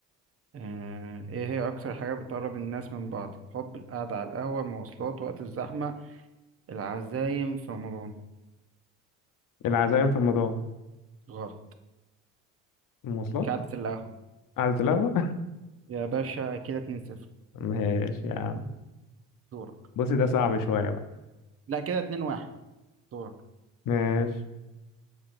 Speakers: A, on the right (about 35°); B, on the left (about 55°).
A: آه، ايه هي اكتر حاجة بتقرب الناس من بعض الحب القعدة على القهوة المواصلات وقت الزحمة العزايم في رمضان
B: العزائم في المدار
A: غلط
B: المواصلات
A: قعدة القهوة
B: قعدة القهوة
A: يا باشا كده اتنين صفر
B: <laughs> ماشي يا عم
A: دورك
B: بصي ده صعب شوية بقى
A: لا كده اتنين واحد دورك
B: ماشي